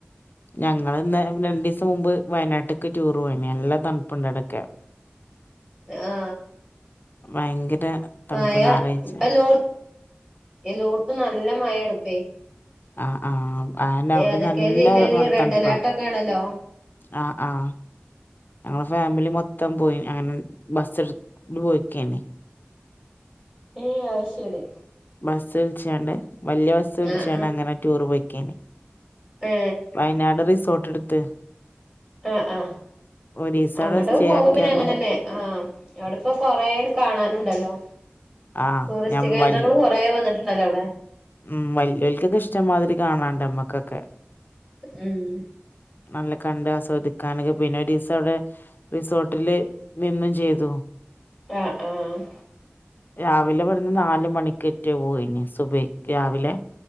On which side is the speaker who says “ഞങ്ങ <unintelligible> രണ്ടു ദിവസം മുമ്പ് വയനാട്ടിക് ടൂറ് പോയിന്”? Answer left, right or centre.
Left